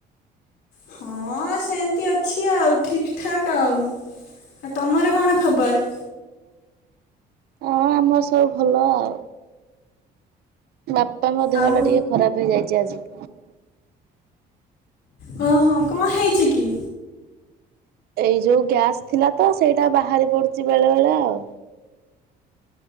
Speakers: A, on the left; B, on the right.
A: ହଁ ସେମିତି ଅଛି ଆଉ ଠିକ୍ ଠାକ୍ ଆଉ ଆଉ ତମର କଣ ଖବର?
B: ଅ ଆମର ସବୁ ଭଲ ଆଉ। ବାପା ଙ୍କ ଦେହ
A: ଆଉ
B: ଟା ଟିକେ ଖରାପ ହେଇଯାଇଛି ଆଜି।
A: ହଁ ହଁ କଣ ହେଇଚି କି?
B: ଏଇ ଯୋଉ ଗ୍ୟାସ୍ ଥିଲା ତ ସେଇଟା ବାହାରି ପଡୁଛି ବେଳେ ବେଳେ ଆଉ।